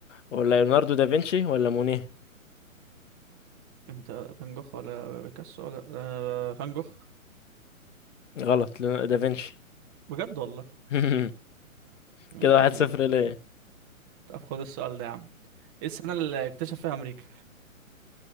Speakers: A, on the left (about 60°); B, on the right (about 15°).
A: ولا ليوناردو دافنشي ولا مونيه
B: انت فان جوخ ولا بيكاسو ولا آه، فان جوخ
A: غلط ليون- دافنشي
B: بجد والله
A: <laughs>
B: امم
A: كده واحد صفر ليه
B: طب خد السؤال ده يا عم ايه السنة اللي اكتشف فيها امريكا